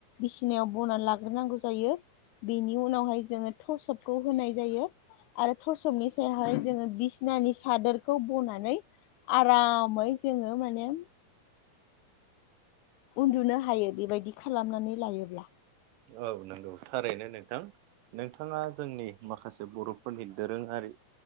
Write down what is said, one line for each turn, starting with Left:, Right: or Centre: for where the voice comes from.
Left: बिसिनायाव बनानै लाग्रोनांगौ जायो। बेनि उनावहाय जोङो थसपखौ होनाय जायो आरो थसपनि सायावहाय जोङो बिसनानि सादोरखौ बनानै आरामै जोङो माने उन्दुनो हायो बेबायदि खालामनानै लायोब्ला
Right: औ नंगौ थारैनो नोंथां नोंथाङा जोंनि माखासे बर' फोरनि दोरोङारि